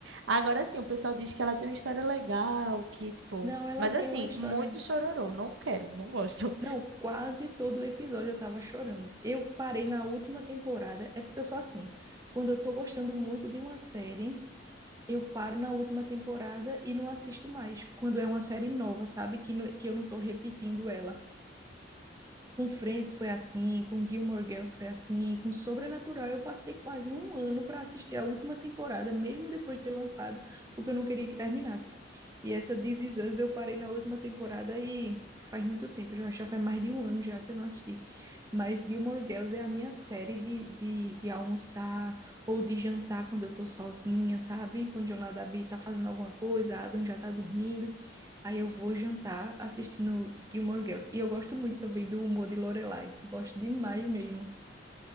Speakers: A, on the right; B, on the right.
A: Agora sim, o pessoal diz que ela tem uma história legal, que, tipo.
B: Não, ela
A: Mas
B: tem
A: assim,
B: uma história.
A: muito chororô, não quero, não gosto.
B: Não, quase todo episódio eu tava chorando. Eu parei na última temporada, é porque eu sou assim. Quando eu tô gostando muito de uma série, eu paro na última temporada e não assisto mais. Quando é uma série nova, sabe? Que, no- que eu não tô repetindo ela. Com Friends foi assim, com Gilmore Girls foi assim, com Sobrenatural eu passei quase um ano para assistir a última temporada, mesmo depois de ter lançado, porque eu não queria que terminasse. E essa This Is Us eu parei na última temporada e faz muito tempo, já, já faz mais de um ano já que eu não assisti. Mas Gilmore Girls é a minha série de, de, de almoçar ou de jantar quando eu tô sozinha, sabe? Quando o Jonadabi tá fazendo alguma coisa, a Adam já tá dormindo. Aí eu vou jantar assistindo Gilmore Girls. E eu gosto muito também do humor de Lorelai. Gosto demais mesmo.